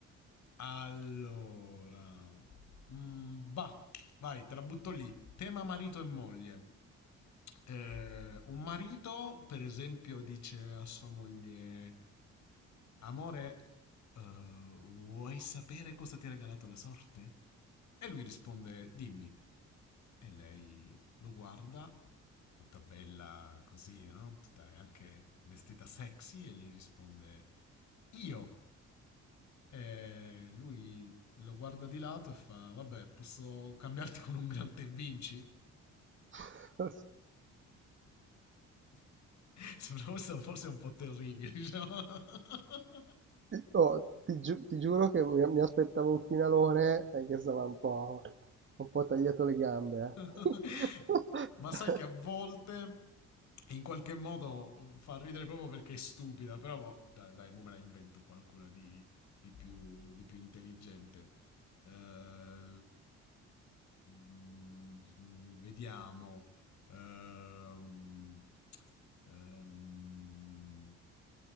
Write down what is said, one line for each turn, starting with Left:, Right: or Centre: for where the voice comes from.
Left: Allora, mm, bah. Vai, te la butto lì. Tema marito e moglie. Eh, un marito, per esempio, dice a sua moglie: Amore, eh, vuoi sapere cosa ti ha regalato la sorte? E lui risponde: Dimmi. E lei lo guarda, tutta bella così, no? Tutta anche vestita sexy, e gli risponde: Io. E lui lo guarda di lato e fa: Vabbè, posso cambiarti con un gran te vinci?
Right: <laughs>
Left: <laughs> Sembra forse, forse un po' terribile, diciamo. <laughs>
Right: Oh, ti, giu- ti giuro che mi, mi aspettavo un finalone, eh, che stava un po', un po' tagliato le gambe,
Left: <laughs>
Right: eh. <laughs>
Left: ma sai che a volte in qualche modo fa ridere proprio perché è stupida, però boh, dai, dai mo me la invento qualcuna di, di più, di più intelligente. Eh, mm, vediamo. Ehm, ehm,